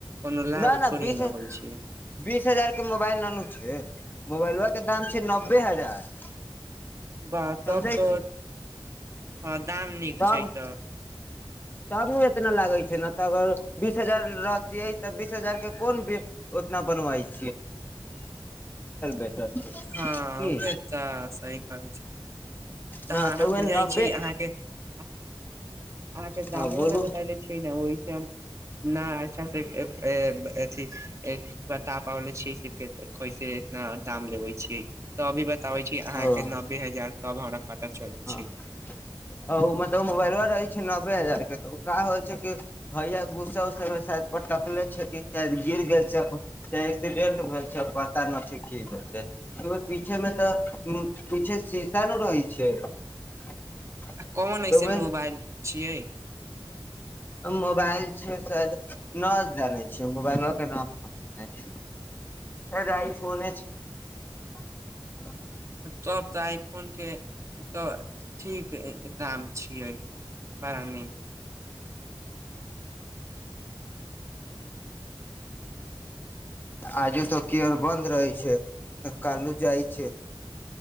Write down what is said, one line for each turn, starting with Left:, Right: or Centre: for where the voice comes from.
Right: कोनो लाभ
Left: नहि नहि
Right: थोड़े
Left: बीस
Right: ने होइ छै
Left: बीस हजार के मोबाइल ननू छै मोबाइल व दाम छै नब्बे हजार
Right: बाह
Left: समझै
Right: तब तऽ
Left: छी
Right: ह दाम नीक
Left: तब
Right: छै तऽ
Left: तब ने एतना लागै छै ने तऽ अगर बीस हजार रहतियै त बीस हजार के कोन उतना बनवाई छै बेटर छै
Right: हँ
Left: की
Right: उह तऽ सही कहै छै
Left: न
Right: ताँ
Left: तऽ
Right: ने
Left: उहे
Right: बुझाइ
Left: नब्बे
Right: छै अहाँके अहाँके
Left: हँ
Right: दामो
Left: बोलू
Right: बताले छी ने ओहिस हम नहि अच्छा से अथी एक बता पाबले छी कैसे इतना दाम लेबे छीै तऽ अभी ब बताबै छी अहाँ
Left: ह
Right: के नबे हजार तब हमरा पता चलै
Left: हँ
Right: छै
Left: आ मतलब मोबाइल व रहै छै नब्बे हजार ओ का हो छै कि भैया गुस्सा उसा मे शाय पटकले छै कि गिर गेल छै चाहे एक्सीडेंट भेल छै पता नहि छै की भेल छै पीछे मे तऽ पीछे सीशानु रहै छै <unintelligible>
Right: आ कोमन ऐसे
Left: तऽ उहे
Right: मोबाइल छियै
Left: मोबाइल न छै मोबाइलो के नाम छै आइ फोने छै
Right: तब तऽ आइ फोन के तऽ ठीक दाम छियै बड़ा नीक
Left: आजे तऽ कियर बन्द रहै छै त कालू जाइ छै